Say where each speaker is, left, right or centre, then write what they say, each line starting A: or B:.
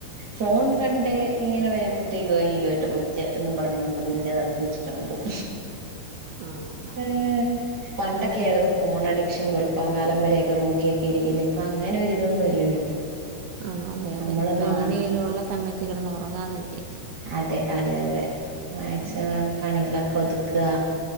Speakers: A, on the right; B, on the right.
A: ഫോൺ കണ്ട് ഇങ്ങനെ വരുമ്പ എന്റെ കൊച്ച് എന്നും പറഞ്ഞോണ്ട് പിന്നെ നിർത്തി വെച്ചിട്ടങ് പോം
B: ആഹ്
A: ഏഹ് പണ്ടക്കെയാരുന്നു ഫോൺ അഡിക്ഷൻ വെളുപ്പാം കാലം വരേക്ക നോക്കിയക്കെ ഇരിക്കുന്ന് ഇപ്പ അങ്ങനെ ഒര് ഇതൊന്നും ഇല്ലല്ലോ
B: ആഹ്‌ അതെ
A: നമ്മള്
B: അതെ ഇപ്പ
A: മാറി
B: എങ്ങനേലും ഒള്ള സമയത്ത് കെടന്ന് ഒറങ്ങാന്ന് വിചാരിക്കും
A: അതെ അതെ അതെ മാക്സിമം
B: ഉം
A: പണികളൊക്ക ഒതുക്കാ